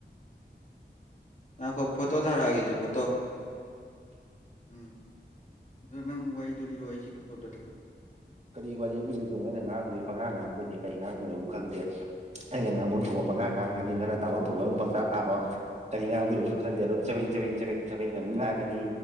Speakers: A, on the left; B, on the right.
A: ꯑꯈꯣꯏ ꯐꯣꯇꯣ ꯊꯔꯒꯦꯁ ꯐꯣꯇꯣ ꯎꯝ ꯑꯗꯨꯗ ꯅꯪ ꯋꯥꯗꯣ ꯂꯤꯔꯣ ꯑꯩꯁꯦ ꯐꯣꯇꯣꯝꯇ ꯊꯥꯒꯦ
B: ꯀꯔꯤ ꯋꯥꯔꯤ ꯎꯗꯣꯏꯗꯣꯏꯣ ꯑꯩꯅ ꯉꯥꯡꯗꯁꯦ ꯄꯉꯥꯡ ꯉꯥꯡꯗꯣꯏꯅꯤ ꯀ ꯉꯥꯡꯅꯅꯕꯕꯨ ꯈꯪꯗꯦ ꯑꯩꯅ ꯉꯥꯃꯣꯟ ꯊꯣꯛꯄ ꯄꯉꯥꯡ ꯉꯥꯡꯉꯅꯤ ꯅꯪ ꯇꯥꯐꯝ ꯊꯣꯛꯄ ꯑꯗꯨꯝ ꯄꯪꯇꯥ ꯇꯥꯔꯣ ꯀꯔꯤ ꯉꯥꯗꯅꯣ ꯈꯟꯗꯦ ꯑꯗꯨꯝ ꯆꯥꯃꯤꯡ ꯆꯥꯕꯤꯡ ꯆꯡ ꯆꯦꯡ ꯉꯥꯡꯉꯅꯤ